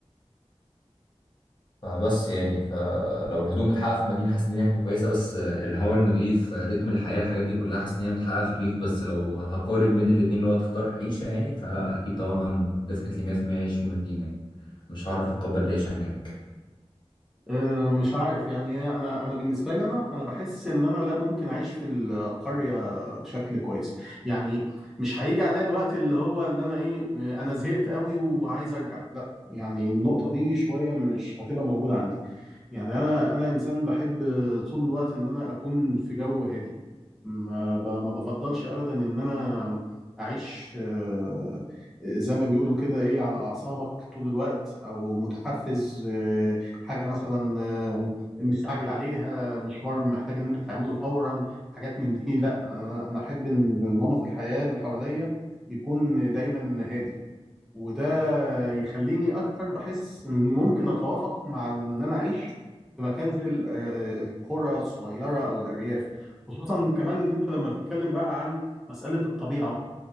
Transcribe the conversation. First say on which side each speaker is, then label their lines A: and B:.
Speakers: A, on the left; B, in the centre.
A: فبس يعني فلو الهدوم اتحقق في المدينة حاسس إن هي هتكون كويسة بس آه، الهواء النضيف آه، رتم الحياة الحاجات دي كلها حاسس إن هي متحققة في الريف بس لو هقارن بين الاتنين لو هتختار عيشة يعني فلا أكيد طبعا ديفنتلي 100% أعيش في المدينة يعني مش هعرف أتقبل العيشة هناك
B: أه، مش عارف يعني إيه، انا انا بالنسبه لي انا انا بحس ان انا لا ممكن اعيش في القريه بشكل كويس يعني مش هيجي عليا الوقت اللي هو اللي انا ايه آه، انا زهقت قوي وعايز ارجع لا يعني النقطه دي شويه مش هتبقى موجوده عندي يعني انا انا انسان بحب طول الوقت ان انا اكون في جو هادي ما ب- ما بفضلش ابدا ان انا اعيش آه، زي ما بيقولوا كده ايه على اعصابك طول الوقت او متحفز آه، حاجه مثلا آه، مستعجل عليها مشوار محتاج ان انت تعمله فورا حاجات من دي لا انا أنا احب ان نمط الحياه اللي حواليا يكون دايما هادي وده يخليني اكتر بحس اني ممكن اتوافق مع ان انا اعيش في مكان زي ال- آه، القرى الصغيره او الارياف خصوصا كمان ان انت لما تتكلم بقى عن مساله الطبيعه